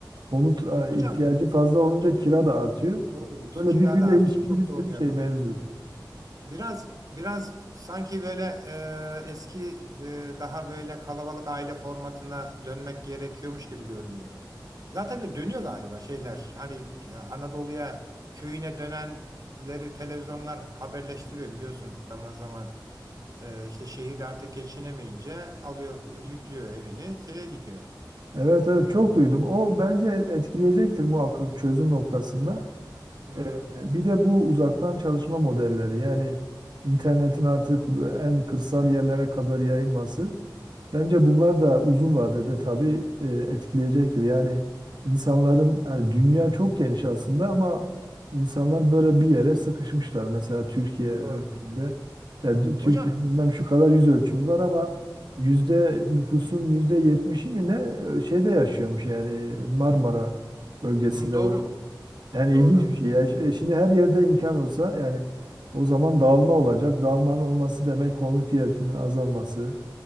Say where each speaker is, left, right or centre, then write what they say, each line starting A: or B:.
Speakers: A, on the right (about 70°); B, on the right (about 50°).
A: Konut e,
B: Hocam
A: ihtiyacı fazla olunca kira da artıyor.
B: doğru diyorsun.
A: Böyle
B: Kira
A: birbiriyle
B: da artıyor.
A: ilişkili
B: Çok
A: bir sürü
B: doğru yakaladın.
A: şey mevzu.
B: Biraz biraz sanki böyle e, eski e, daha böyle kalabalık aile formatına dönmek gerekiyormuş gibi görünüyor. Zaten de dönüyor galiba şeyler. Hani e, Anadolu'ya köyüne dönenleri televizyonlar haberleştiriyor biliyorsun zaman zaman. E, işte şehirde artık geçinemeyince alıyor yüklüyor evini şeye gidiyor.
A: Evet evet
B: E,
A: çok duydum. O bence e, etkileyecektir muhakkak çözüm noktasında.
B: hmm,
A: Ee, bir de bu uzaktan çalışma modelleri yani internetin artık en kırsal yerlere kadar yayılması. Bence bunlar da uzun vadede tabii e, etkileyecektir. Yani insanların yani dünya çok geniş aslında ama insanlar böyle bir yere sıkışmışlar. Mesela Türkiye örneğinde
B: doğru.
A: yani Tü- Türkiye'nin
B: Hocam
A: bilmem şu kadar yüz ölçümü var ama yüzde nüfusun yüzde yetmişi mi ne e, şeyde yaşıyormuş yani Marmara bölgesinde
B: hmm, doğru
A: o yani
B: doğru.
A: ilginç bir şey. Ya e, şimdi her yerde imkan olsa yani o zaman dağılma olacak. Dağılmanın olması demek konut ihtiyacının azalması